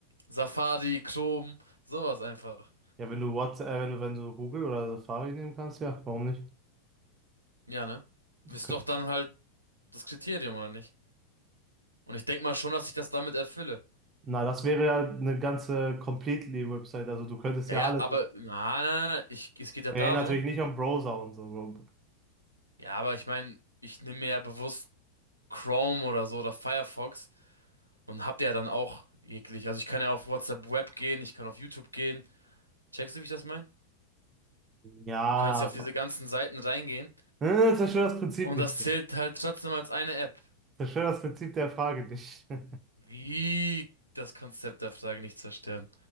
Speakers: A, on the right (about 85°); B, on the right (about 25°).
A: Safari, Chrome, sowas einfach.
B: Ja, wenn du WhatsApp, äh, wenn du, wenn du Google oder Safari nehmen kannst, ja, warum nicht?
A: Ja, ne?
B: Du
A: Ist
B: könnt-
A: doch dann halt das Kriterium, oder nicht? Und ich denk mal schon, dass ich das damit erfülle.
B: Na, das wäre ja eine ganze Completely-Website, also du könntest
A: Ja,
B: ja
A: ja,
B: alles.
A: aber, na, na, na, ich, es geht ja
B: Ja,
A: darum.
B: natürlich nicht am Browser und so.
A: Ja, aber ich meine, ich nehme mir ja bewusst Chrome oder so oder Firefox und hab ja dann auch jeglich. Also ich kann ja auf WhatsApp Web gehen, ich kann auf YouTube gehen. Checkst du, wie ich das meine?
B: Ja,
A: Du kannst ja auf
B: aber-
A: diese ganzen Seiten reingehen
B: äh, zerstör das Prinzip
A: und
B: nicht.
A: das zählt halt trotzdem als eine App.
B: Zerstör das Prinzip der Frage nicht. <laughs>
A: Wie das Konzept der Frage nicht zerstören.